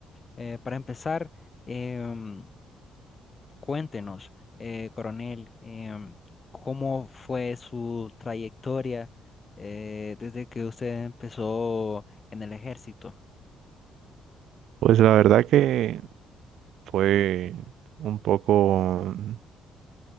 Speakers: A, on the left; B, on the right.
A: eh, para empezar, em, cuéntenos, eh, coronel, em, cómo fue su trayectoria eh, desde que usted empezó en el ejército.
B: Pues la verdad que fue un poco... mm,